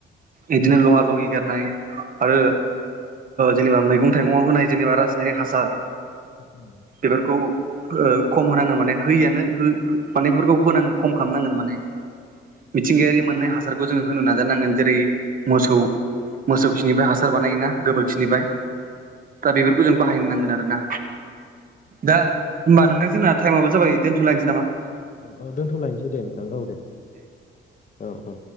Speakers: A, on the right; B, on the left.
A: इदिनो लहा लह ह आरो जेनेबा मैगं थाइगंआव होनाय जेनेबा रासायनिक हासार
B: औ।
A: बेफोरखौ ओ खम होनाङो माने होयोआनो हो माने बेफोरखौ होनां खम खामनांगोन माने मिथिंगायारि मोननाय हासारखौ जोङो होनो नाजानांगोन जेरै मोसौ मोसौ खिनिफाय हासार बानायोना गोबोरखिनिफाय। दा बेफोरखौ जों बाहायनो नांगोन आरोना दा होमबा नोंथां जोंना थाइमआबो जाबाय दोनथ'लायनोसै नामा
B: औ-औ दोनथ'लायनोसै दे नोंथां औ दे औ-औ-औ।